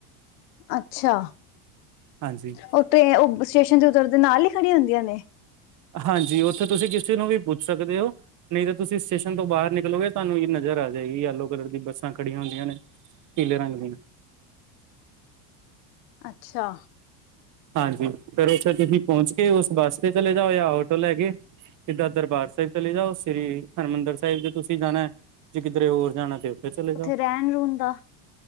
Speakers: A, on the left; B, on the right.
A: ਅੱਛਾ
B: ਹਾਂਜੀ।
A: ਓਹ ਤੇ ਉਹ, ਸਟੇਸ਼ਨ' ਚ ਉਤਰ ਦੇ ਨਾਲ ਹੀ ਖੜੀਆਂ ਹੁੰਦੀਆਂ ਨੇ।
B: ਹਾਂਜੀ, ਉੱਥੇ ਤੁਸੀਂ ਕਿਸੇ ਨੂੰ ਵੀ ਪੁੱਛ ਸਕਦੇ ਹੋ ਨਹੀਂ ਤਾਂ ਤੁਸੀਂ ਸਟੇਸ਼ਨ ਤੋਂ ਬਾਹਰ ਨਿਕਲੋਗੇ, ਤੁਹਾਨੂੰ ਇਹ ਨਜ਼ਰ ਆ ਜਾਏਗੀ ਯਲੋ ਕਲਰ ਦੀ ਬੱਸਾਂ ਖੜੀਆਂ ਹੁੰਦੀਆਂ ਨੇ, ਪੀਲੇ ਰੰਗ ਦੀਆਂ।
A: ਅੱਛਾ।
B: ਹਾਂਜੀ, ਫਿਰ ਉਸਤੇ ਤੁਸੀਂ ਪਹੁੰਚਕੇ ਉਸ ਬੱਸ ਤੇ ਚਲੇ ਜਾਓ, ਯਾ ਆਟੋ ਲੈਕੇ ਸਿੱਧਾ ਦਰਬਾਰ ਸਾਹਿਬ ਚਲੇ ਜਾਓ, ਸ੍ਰੀ ਹਰਿਮੰਦਰ ਸਾਹਿਬ ਤੁਸੀ ਜਾਣਾ ਜੇ ਕਿਧਰੇ ਹੋਰ ਜਾਣਾ, ਤੇ ਉੱਥੇ ਚਲੇ ਜਾਓ।
A: ਰਹਿਣ ਰੂਣ ਦਾ